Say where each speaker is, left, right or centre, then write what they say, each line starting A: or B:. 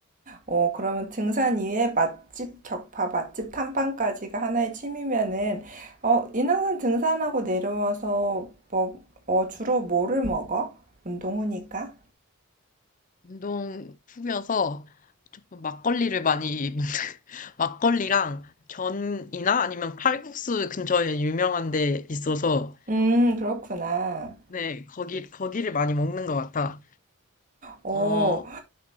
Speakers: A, on the right; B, on the left.
A: 어, 그러면 등산 이외에 맛집 격파, 맛집 탐방까지가 하나의 취미면은, 어, 인왕산 등산하고 내려와서 먹, 어, 주로 뭐를 먹어? 운동 후니까?
B: 운동 후면서 조금 막걸리를 많이 <laughs> 먹는, 막걸리랑 전이나 아니면 칼국수 근처에 유명한 데 있어서
A: 음, 그렇구나.
B: 네, 거기, 거기를 많이 먹는 것 같아.
A: 어,
B: 어,